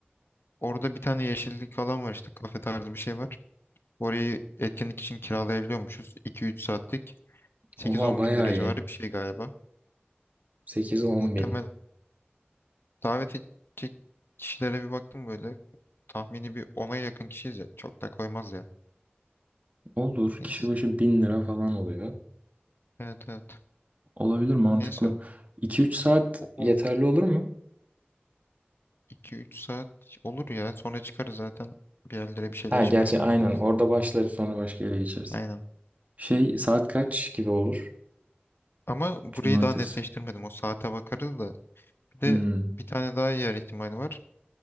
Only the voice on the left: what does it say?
Orada bir tane yeşillik alan var işte. Kafe tarzı bir şey var. Orayı etkinlik için kiralayabiliyormuşuz. iki üç saatlik. sekiz
on
bin lira
civarı bir şey galiba.
Muhtemel
davet edecek kişilere bir baktım böyle. Tahmini bir ona yakın kişiyiz ya. Çok da koymaz ya.
Neyse.
Evet evet.
Neyse.
O
iki üç saat olur ya. Sonra çıkarız zaten. Bir yerlere bir şeyler
içmeye
falan
gideriz.
Aynen.
Ama burayı
daha netleştirmedim. O saate bakarız da. Bir de
bir tane daha yer ihtimali var.